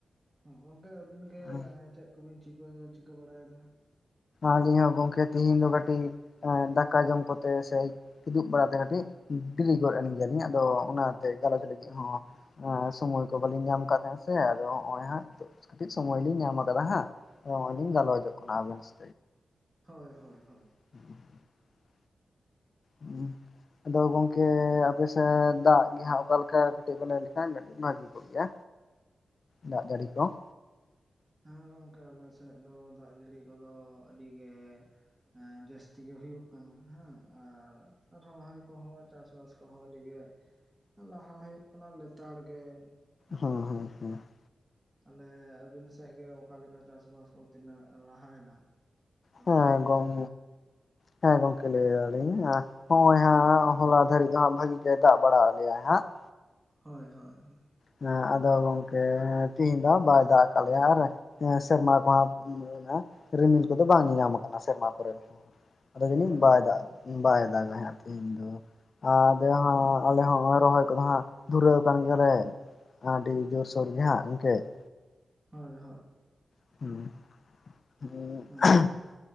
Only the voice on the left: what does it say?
ᱦᱚᱸ
ᱟᱹᱞᱤᱧ ᱦᱚᱸ ᱜᱚᱝᱠᱮ ᱛᱤᱦᱤᱧ ᱫᱚ ᱠᱟᱹᱴᱤᱡ ᱫᱟᱠᱟ ᱡᱚᱢ ᱠᱚᱛᱮ ᱥᱮ ᱠᱤᱫᱩᱵ ᱵᱟᱲᱟ ᱛᱮ ᱠᱟᱹᱴᱤᱡ ᱵᱮᱨᱤ ᱜᱚᱫ ᱮᱱ ᱜᱮᱭᱟᱞᱤᱧ ᱟᱫᱚ ᱚᱱᱟᱛᱮ ᱜᱟᱞᱚᱪ ᱞᱟᱹᱜᱤᱫ
ᱦᱚᱸ ᱥᱚᱢᱚᱭ ᱠᱚ ᱵᱟᱞᱤᱧ ᱧᱟᱢ ᱟᱠᱟᱫ ᱛᱟᱦᱮᱸᱱᱟ ᱥᱮ ᱟᱫᱚ ᱱᱚᱜ-ᱚᱭ ᱦᱟᱸᱜ ᱠᱟᱹᱴᱤᱡ ᱥᱚᱢᱚᱭ ᱞᱤᱧ ᱧᱟᱢ ᱟᱠᱟᱫᱟ ᱦᱟᱸᱜ ᱾ ᱱᱚᱜ-ᱚᱭ ᱞᱤᱧ
ᱜᱟᱞᱚᱪᱚᱜ ᱠᱟᱱᱟ ᱟᱵᱮᱱ ᱥᱟ
<unintelligible> ᱩᱸᱦ ᱾ ᱟᱫᱚ ᱜᱚᱝᱠᱮ ᱟᱯᱮ ᱥᱮᱫ ᱫᱟᱜ ᱜᱮ ᱦᱟᱸᱜ ᱚᱠᱟᱞᱮᱠᱟ ᱠᱟᱹᱴᱤᱡ ᱵᱮᱱ ᱞᱟᱹᱭ ᱞᱮᱠᱷᱟᱱ ᱠᱟᱴᱤᱡ ᱵᱷᱟᱜᱤ ᱠᱚᱜ ᱜᱮᱭᱟ ᱫᱟᱜ ᱡᱟᱹᱲᱤ ᱠᱚ ᱾
ᱦᱩᱸ ᱦᱩᱸ ᱦᱩᱸ ᱾
ᱦᱮᱸ
ᱜᱚᱝ
ᱦᱮᱸ ᱜᱚᱝᱠᱮ ᱞᱟᱹᱭᱮᱫ ᱟᱞᱤᱧ ᱦᱚᱜᱼᱚᱭ ᱦᱟᱸᱜ ᱦᱚᱞᱟ ᱫᱷᱟᱹᱨᱤᱡ ᱫᱚ ᱦᱟᱸᱜ ᱵᱷᱟᱜᱤ ᱜᱮ ᱫᱟᱜ ᱵᱟᱲᱟᱟᱣ ᱟᱫ ᱞᱮᱭᱟ ᱦᱟᱸᱜ ᱾
ᱦᱮᱸ ᱟᱫᱚ ᱜᱚᱝᱠᱮ ᱛᱤᱦᱤᱧ ᱫᱚ ᱦᱟᱸᱜ ᱵᱟᱭ ᱫᱟᱜ ᱠᱟᱜ ᱞᱮᱭᱟ ᱟᱨ ᱥᱮᱨᱢᱟ ᱠᱚᱦᱟᱸᱜ <unintelligible> ᱨᱤᱢᱤᱞ ᱠᱚᱫᱚ ᱵᱟᱝ ᱧᱮᱧᱟᱢ ᱠᱟᱱᱟ ᱥᱮᱨᱢᱟ ᱠᱚᱨᱮ ᱦᱚᱸ ᱾ ᱟᱫᱚ ᱡᱟᱹᱱᱤᱡ
ᱵᱟᱭ
ᱫᱟᱜ
ᱵᱟᱭ ᱫᱟᱜᱟᱭ ᱦᱟᱜ ᱛᱮᱦᱤᱧ ᱫᱚ ᱟᱫᱚ ᱦᱟᱸᱜ
ᱟᱞᱮ ᱦᱚᱸᱜᱼᱚᱭ ᱨᱚᱦᱚᱭ ᱠᱚᱫᱚ ᱦᱟᱸᱜ ᱫᱷᱩᱨᱟᱹᱣ ᱠᱟᱱ ᱜᱮᱭᱟᱞᱮ ᱾ ᱟᱰᱤ ᱡᱳᱨ ᱥᱳᱨ ᱜᱮ ᱦᱟᱸᱜ ᱜᱚᱢᱠᱮ ᱾
<unintelligible>